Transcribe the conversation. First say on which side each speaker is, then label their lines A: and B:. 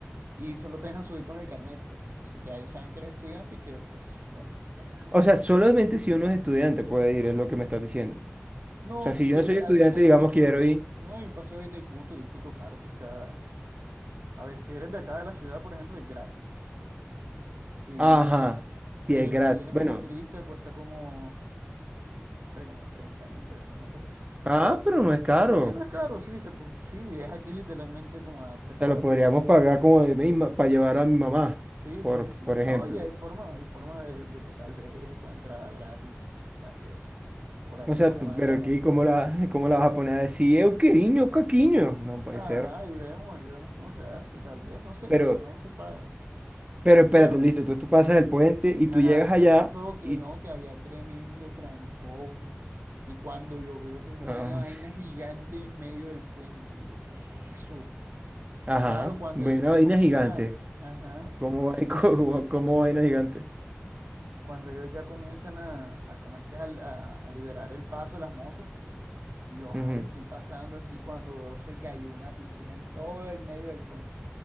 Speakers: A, on the right; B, on the right.
A: y solo te dejan subir con el carnet, pues. Entonces ya ellos saben que eres estudiante y que, pues, bueno, vas a estudiar.
B: O sea, solamente si uno es estudiante puede ir, es lo que me estás diciendo. O
A: No,
B: sea, si
A: porque
B: yo no soy estudiante,
A: hay, hay
B: digamos,
A: un paseo,
B: quiero ir.
A: no hay un paseo de Itaipú turístico, claro, cuesta. A ver, si eres de acá de la ciudad, por ejemplo, es gratis, si
B: Ajá,
A: vives acá. Pero
B: y es gratis.
A: si vienes
B: Bueno,
A: como turista, cuesta como, no sé, como treinta mil pesos, una cosa así.
B: ah, pero no es caro.
A: Sí, no es caro, sí, se, pu- sí, es aquí literalmente como a tres
B: Te
A: cuadras.
B: lo podríamos pagar como de para llevar a mi mamá,
A: Sí,
B: por,
A: sí, sí.
B: por
A: No,
B: ejemplo.
A: y hay forma, hay forma de, de que tal vez ella pueda entrar gratis, tal vez. Por ahí
B: O sea,
A: vamos,
B: tú,
A: ahí
B: pero
A: vemos.
B: aquí, ¿cómo la, <laughs> cómo la vas a poner a decir, eu queriño, caquiño? No puede
A: Ah,
B: ser.
A: ahí vemos, ahí vemos cómo se hace, tal vez, no sé,
B: Pero
A: si no se paga.
B: Pero espérate,
A: Bueno.
B: listo, entonces tú pasas el puente y
A: Ajá,
B: tú llegas allá
A: ¿qué pasó? Que
B: y...
A: no, que había tremendo trancón. Y cuando yo veo es una
B: ah,
A: vaina gigante en medio del puente, y yo, ¿qué es eso?
B: ajá,
A: Claro, cuando
B: ve
A: ellos
B: una
A: ya
B: vaina
A: comienzan
B: gigante.
A: a, ajá,
B: ¿Cómo, va- <laughs> cómo, cómo vaina gigante?
A: cuando ellos ya comienzan a, a ¿cómo es que es? Al- A, a liberar el paso de las motos, y yo, ajá,
B: Ujú.
A: yo estoy pasando así cuando veo se cayó una piscina en todo el medio del puente.